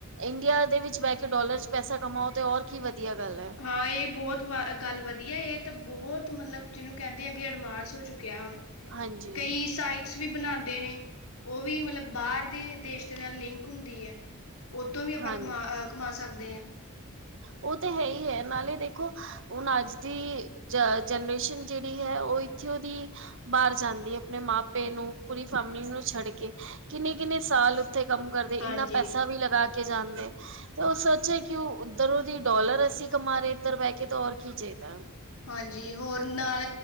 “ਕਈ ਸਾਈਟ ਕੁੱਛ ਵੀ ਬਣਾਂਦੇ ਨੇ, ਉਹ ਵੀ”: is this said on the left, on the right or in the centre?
Left